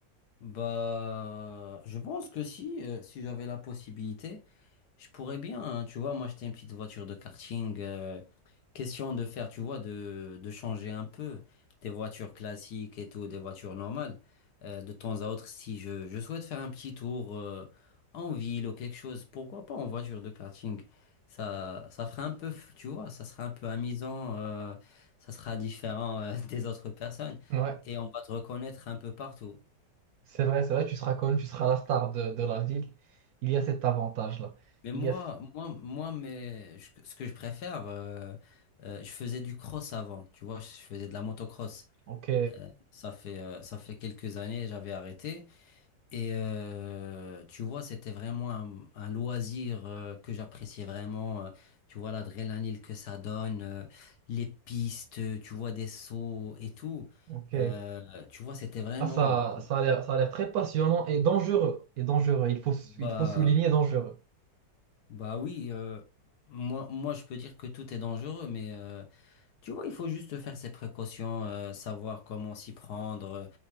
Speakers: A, on the left; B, on the right.
A: Bah, je pense que si, euh, si j'avais la possibilité, je pourrais bien, hein, tu vois, m'acheter une petite voiture de karting. euh, question de faire, tu vois, de, de changer un peu des voitures classiques et tout, des voitures normales. euh, de temps à autre, si je, je souhaite faire un petit tour euh, en ville ou quelque chose, pourquoi pas en voiture de karting? Ça, ça fera un peu, f- tu vois, ça sera un peu amusant, euh, ça sera différent euh, <laughs> des autres personnes
B: Ouais,
A: et on va te reconnaître un peu partout.
B: c'est vrai, c'est vrai, tu seras connu, tu seras la star de, de la ville. Il y a cet avantage-là.
A: Mais
B: Il
A: moi,
B: y a...
A: moi, moi, mais je- ce que je préfère, euh, euh, je faisais du cross avant, tu vois, je faisais de la motocross.
B: Ok,
A: Ça fait, euh, ça fait quelques années, j'avais arrêté. Et euh, tu vois, c'était vraiment un, un loisir euh, que j'appréciais vraiment. euh, tu vois, l'adrénaline que ça donne, euh, les pistes, euh, tu vois, des sauts et tout.
B: ok.
A: Euh, tu vois, c'était vraiment...
B: Ah, ça,
A: euh, c'est-
B: ça a l'air, ça a l'air très passionnant et dangereux. Et dangereux, il faut,
A: bah,
B: il faut souligner dangereux.
A: bah oui, euh, moi, moi, je peux dire que tout est dangereux, mais... euh, Tu vois, il faut juste faire ses précautions, euh, savoir comment s'y prendre, euh,